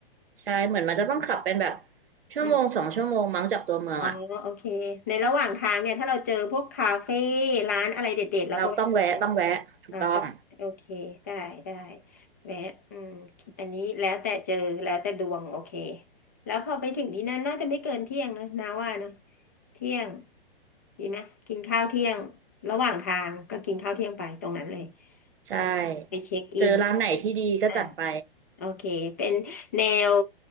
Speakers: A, on the right; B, on the left.
A: ใช่เหมือนมันจะต้องขับเป็นแบบชั่วโมงสองชั่วโมงมั้งจากตัวเมืองอ่ะ
B: อืมอ๋อโอเคในระหว่างทางเนี่ยถ้าเราเจอพวกคาเฟ่ร้านอะไรเด็ดๆเราก็แวะ
A: เราต้องแวะต้องแวะถูกต้อง
B: อ่าได้โอเคได้ได้แวะอืมอันนี้แล้วแต่เจอแล้วแต่ดวงโอเคแล้วพอไปถึงที่นั่นน่าจะไม่เกินเที่ยงเนอะนาว่าเนอะเที่ยงดีไหมกินข้าวเที่ยงระหว่างทางก็กินข้าวเที่ยงไปตรงนั้นเลย
A: ใช่
B: แล้วไปเช็คอิน
A: เจอร้านไหนที่ดีก็จัดไป
B: อ่าโอเคเป็นแนว